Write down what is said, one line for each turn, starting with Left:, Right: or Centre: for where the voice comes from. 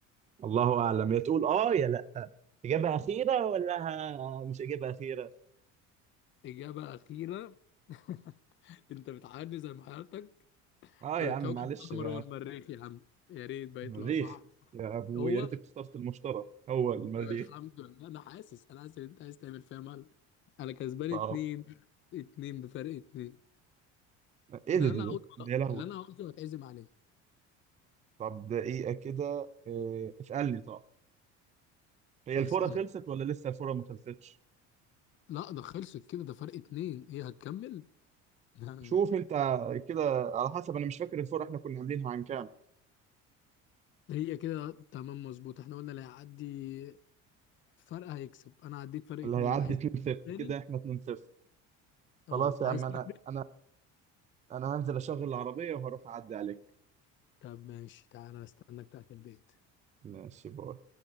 Right: الله اعلم يا تقول اه يا لا اجابه اخيره ولا ه- مش اجابه اخيره
Left: اجابه اخيره <laughs> انت بتعاني زي ما حياتك
Right: اه
Left: طب
Right: يا
Left: الكوكب
Right: عم معلش
Left: الاحمر
Right: بقى
Left: هو المريخ يا عم يا ريت بقى
Right: المريخ
Left: يطلع صح
Right: يا ابو
Left: هو
Right: يا ريتك اخترت المشتري هو المريخ
Left: طب الحمد لله انا حاسس انا حاسس ان انت عايز تعمل فيها مال انا كسبان
Right: طب
Left: اتنين اتنين بفرق اتنين
Right: ايه
Left: انا
Right: ده
Left: اللي
Right: ده ده
Left: انا قلته
Right: ده يا لهوي
Left: اللي انا قلته هتعزم عليه
Right: طب دقيقه كده إيه اسالني طب هي
Left: هسألك
Right: الفوره خلصت ولا لسه الفوره ما خلصتش
Left: لا ده خلصت كده ده فرق اتنين هي هتكمل <laughs>
Right: شوف انت كده على حسب انا مش فاكر الفوره احنا كنا عاملينها عن كام
Left: هي كده تمام مظبوط احنا قلنا اللي هيعدي فرق هيكسب انا عديت فرق
Right: اللي
Left: اتنين
Right: هيعدي
Left: عايز
Right: 2-0
Left: تاني
Right: كده احنا 2-0
Left: اه
Right: خلاص يا
Left: عايز
Right: عم
Left: تاني؟
Right: انا انا انا هنزل اشغل العربيه وهروح اعدي عليك
Left: طب ماشي تعالى استناك تحت البيت
Right: ماشي بقى